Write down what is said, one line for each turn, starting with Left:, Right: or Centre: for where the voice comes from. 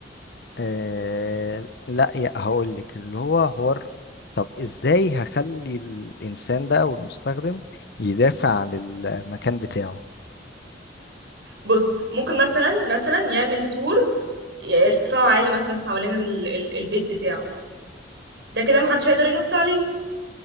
Left: آه... لا يا هقول لك اللي هو حوار طب ازاي هخلي الانسان ده او المستخدم يدافع عن المكان بتاعه
Right: بص ممكن مثلا مثلا يعمل سور ارتفاعه عالي مثلا حوالين ال... ال- البيت بتاعه ده كده محدش هيقدر ينط عليه